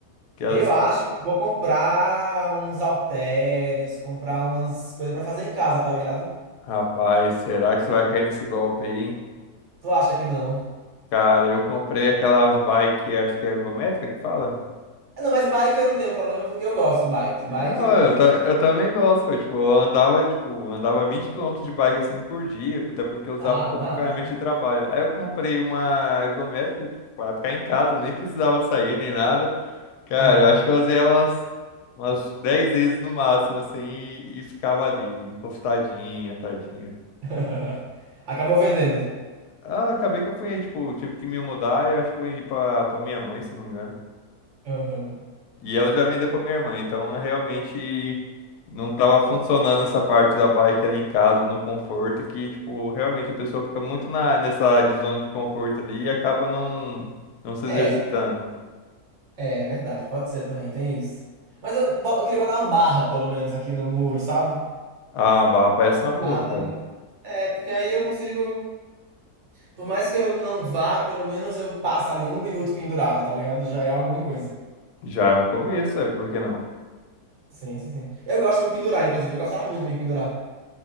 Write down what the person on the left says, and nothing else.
Que as...
Rapaz, será que você vai cair nesse golpe aí, hein?
Cara, eu comprei aquela bike, acho que é ergométrica que fala?
Não,
eu,
ta- eu também gosto, foi, tipo, eu andava, tipo, andava 20 quilômetros de bike, assim, por dia, até porque eu usava
como
ferramenta de trabalho. Aí eu comprei uma ergométrica, tipo, pra ficar em casa, eu nem precisava sair, nem nada. Cara,
eu acho que eu usei ela umas, umas 10 vezes no máximo, assim, e, e ficava ali, encostadinha, tadinha.
Ah, acabei que eu fui, tipo, tive que me mudar, e eu acho que eu vendi pra, pra minha mãe, se eu não me engano.
E ela já vendeu pra minha irmã, então é realmente não tava funcionando essa parte da bike ali em casa, no conforto, que, tipo, realmente a pessoa fica muito na, nessa de zona de conforto ali e acaba não, não se
exercitando.
A barra parece uma boa,
cara.
Já é um começo, é, por que não?